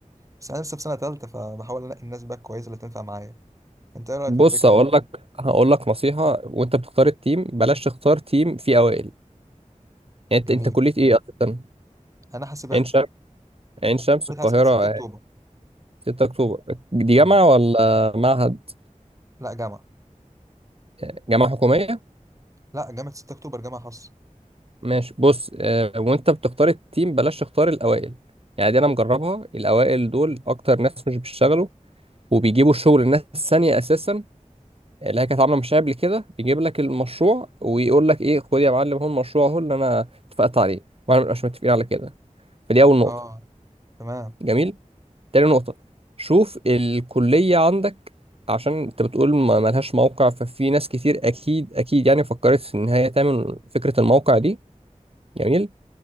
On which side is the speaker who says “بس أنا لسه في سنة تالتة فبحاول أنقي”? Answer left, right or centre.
Right